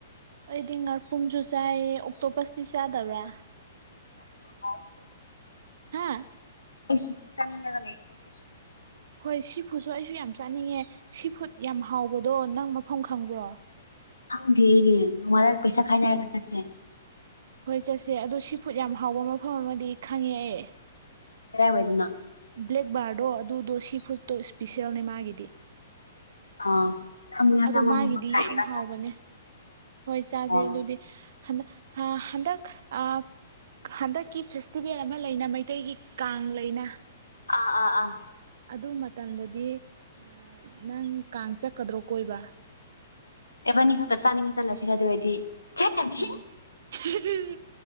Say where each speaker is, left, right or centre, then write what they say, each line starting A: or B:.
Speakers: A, on the right (about 55°); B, on the left (about 80°).
A: ꯑꯩꯗꯤ ꯉꯥꯔꯄꯨꯝꯁꯨ ꯆꯥꯏꯌꯦ ꯑꯣꯛꯇꯣ ꯄꯁꯇꯤ ꯆꯥꯗꯕ꯭ꯔꯥ
B: <unintelligible>
A: ꯍꯥ
B: ꯑꯩ ꯁꯤꯐꯨꯠ ꯆꯥꯅꯤꯡꯉꯒ ꯂꯩꯔꯤꯅꯦ
A: ꯍꯣꯏ ꯁꯤ ꯐꯨꯠꯁꯨ ꯑꯩꯁꯨ ꯌꯥꯝ ꯆꯥꯅꯤꯡꯉꯦ ꯁꯤ ꯐꯨꯠ ꯌꯥꯝ ꯍꯥꯎꯕꯗꯣ ꯅꯪ ꯃꯐꯝ ꯈꯪꯕ꯭ꯔꯣ
B: ꯈꯪꯗꯦ ꯑꯩꯗꯤ ꯅꯣꯡꯉꯥꯜꯂꯒ ꯄꯩꯁꯥ ꯈꯥꯏꯅꯔꯒ ꯆꯠꯁꯦ
A: ꯍꯣꯏ ꯆꯠꯁꯦ ꯑꯗꯣ ꯁꯤ ꯐꯨꯠ ꯌꯥꯝ ꯍꯥꯎꯕ ꯃꯐꯝ ꯑꯃꯗꯤ ꯈꯪꯉꯦ ꯑꯩ
B: ꯀꯔꯥꯏꯋꯥꯏꯗꯅꯣ
A: ꯕ꯭ꯂꯦꯛꯕꯥꯔꯗꯣ ꯑꯗꯨꯗꯣ ꯁꯤ ꯐꯨꯗꯠꯇꯣ ꯏꯁꯄꯤꯁꯦꯜꯅꯦ ꯃꯥꯒꯤꯗꯤ
B: ꯑꯥ ꯆꯥꯝꯃꯉꯥ
A: ꯑꯗꯣ
B: ꯆꯥꯝꯃꯒꯨꯝꯕ
A: ꯃꯥꯒꯤꯗꯤ
B: ꯈꯥꯏꯔꯒ
A: ꯌꯥꯝ ꯍꯥꯎꯕꯅꯦ
B: ꯆꯥꯁꯦ
A: ꯍꯣꯏ ꯆꯥꯖꯦ
B: ꯑꯥ
A: ꯑꯗꯨꯗꯤ ꯍꯟꯗꯥ ꯍꯥ ꯍꯟꯗꯛ ꯑꯥ ꯍꯟꯗꯛꯀꯤ ꯐꯦꯁꯇꯤꯚꯦꯜ ꯑꯃ ꯂꯩꯅ ꯃꯩꯇꯩꯒꯤ ꯀꯥꯡ ꯂꯩꯅ
B: ꯑꯥ ꯑꯥ ꯑꯥ
A: ꯑꯗꯨ ꯃꯇꯝꯗꯗꯤ ꯑꯥ ꯅꯪ ꯀꯥꯡ ꯆꯠꯀꯥꯗ꯭ꯔꯣ ꯀꯣꯏꯕ
B: ꯑꯦꯕꯅꯤ ꯈꯛꯇꯥ ꯆꯥꯅꯤꯡꯉꯥ ꯆꯠꯂꯁꯤ ꯑꯗꯨ ꯑꯣꯏꯗꯤ ꯆꯠꯇꯕꯤ
A: ꯎꯝ